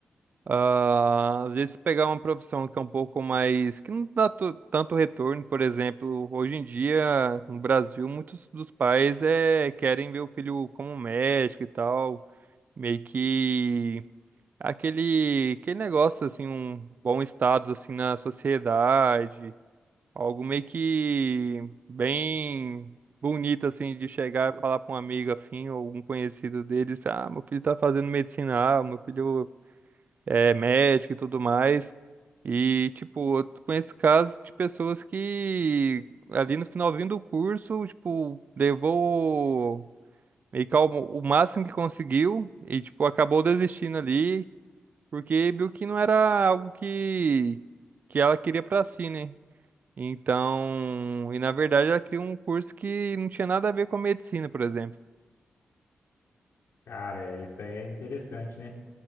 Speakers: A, on the right; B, on the left.
A: Ah, às vezes pegar uma profissão que é um pouco mais, que não dá tu- tanto retorno, por exemplo, hoje em dia no Brasil muitos dos pais é, querem ver o filho como médico e tal, meio que aquele, aquele negócio assim, um bom status assim na sociedade, algo meio que bem bonito assim de chegar e falar para um amigo afim ou algum conhecido deles, ah, meu filho tá fazendo medicina, ah, meu filho é médico e tudo mais. E, tipo, eu conheço casos de pessoas que ali no finalzinho do curso, tipo, levou meio que ao- o máximo que conseguiu e, tipo, acabou desistindo ali, porque viu que não era algo que, que ela queria pra si, né? Então, e na verdade ela queria um curso que não tinha nada a ver com medicina, por exemplo.
B: Cara, é- isso é interessante, né?